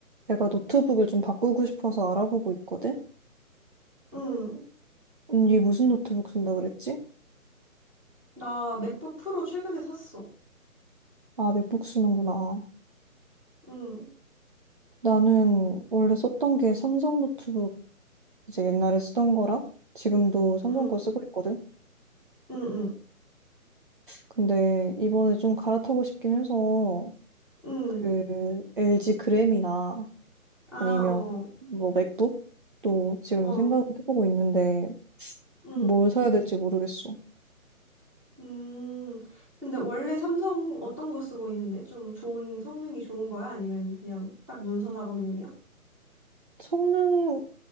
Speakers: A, on the right; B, in the centre.
A: 내가 노트북을 좀 바꾸고 싶어서 알아보고 있거든?
B: 응.
A: 언니 무슨 노트북 쓴다 그랬지?
B: 나 맥북 프로 최근에 샀어.
A: 아, 맥북 쓰는구나.
B: 응,
A: 나는 원래 썼던 게 삼성 노트북 이제 옛날에 쓰던 거랑 지금도 삼성
B: 응,
A: 거 쓰고 있거든?
B: 응, 응,
A: 근데 이번에 좀 갈아타고 싶긴 해서
B: 응.
A: 그 LG 그램이나
B: 아,
A: 아니면
B: 어,
A: 뭐 맥북? 또 지금
B: 어, 어,
A: 생각을 해보고 있는데
B: 응.
A: 뭘 사야 될지 모르겠어.
B: 음. 근데 원래 삼성 어떤 거 쓰고 있는데? 좀 좋은 성능이 좋은 거야? 아니면 그냥 딱 문서 작업용이야?
A: 성능은